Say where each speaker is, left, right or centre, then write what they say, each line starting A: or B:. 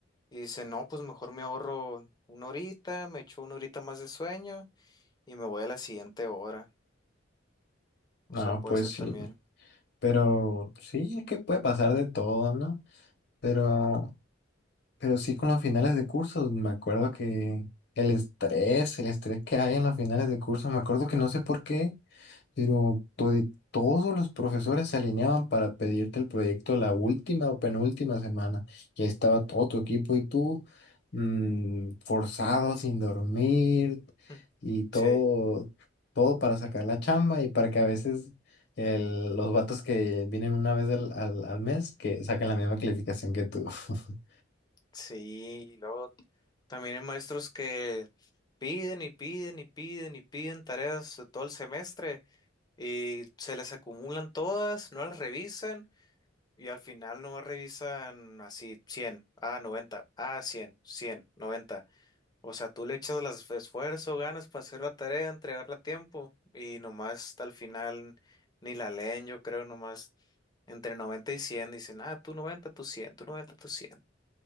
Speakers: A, on the left (about 20°); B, on the left (about 60°).
A: y dicen, no, pues mejor me ahorro una horita, me echo una horita más de sueño y me voy a la siguiente hora. O
B: No,
A: sea, puede
B: pues
A: ser
B: sí,
A: también.
B: pero sí, es que puede pasar de todo, ¿no? Pero, pero sí con los finales de cursos, me acuerdo que el estrés, el estrés que hay en los finales de cursos, me acuerdo que no sé por qué. Pero to- todos los profesores se alineaban para pedirte el proyecto la última o penúltima semana. Ya estaba todo tu equipo y tú mm, forzado, sin dormir
A: <laughs>
B: y todo,
A: Sí,
B: todo para sacar la chamba y para que a veces el- los vatos que vienen una vez al, al- al mes que saquen la misma calificación que tú. <laughs>
A: sí, y luego también hay maestros que piden y piden y piden y piden tareas todo el semestre y se les acumulan todas, no las revisan Y al final no revisan así cien ah, noventa ah, cien cien noventa O sea, tú le echas las esfuerzo, ganas para hacer la tarea, entregarla a tiempo y nomás hasta al final ni la leen, yo creo, nomás entre noventa y cien dicen, ah, tú noventa tú cien tú noventa tú cien